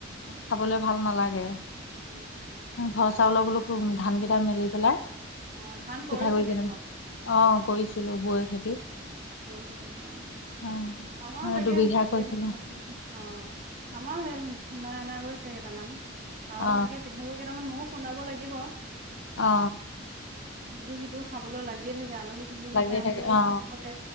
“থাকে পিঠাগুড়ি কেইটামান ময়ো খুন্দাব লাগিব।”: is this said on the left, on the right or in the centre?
Right